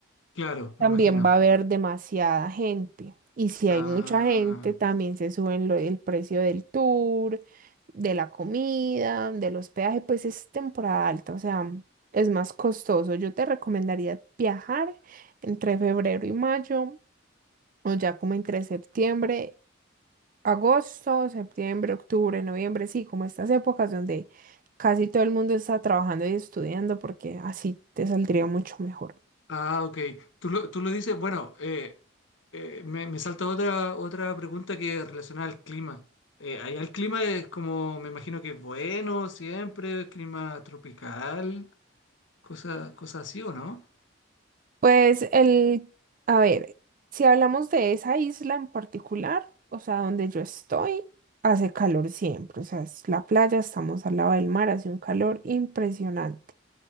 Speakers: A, on the left; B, on the right.
A: Claro, me
B: también
A: imagino.
B: va a haber demasiada gente. Y si
A: Ah.
B: hay mucha gente, también se suben lo- el precio del tour, de la comida, del hospedaje, pues es temporada alta, o sea, es más costoso. Yo te recomendaría viajar entre febrero y mayo o ya como entre septiembre Agosto, septiembre, octubre, noviembre, sí, como estas épocas donde casi todo el mundo está trabajando y estudiando porque así te saldría mucho mejor.
A: Ah, ok. Tú lo, tú lo dices, bueno, eh, eh, me, me salta otra, otra pregunta que es relacionada al clima. Eh, allá el clima es como, me imagino que es bueno siempre, clima tropical, cosas cosas así, ¿o no?
B: Pues el, a ver, si hablamos de esa isla en particular, o sea, donde yo estoy, hace calor siempre, o sea, es la playa, estamos al lado del mar, hace un calor impresionante.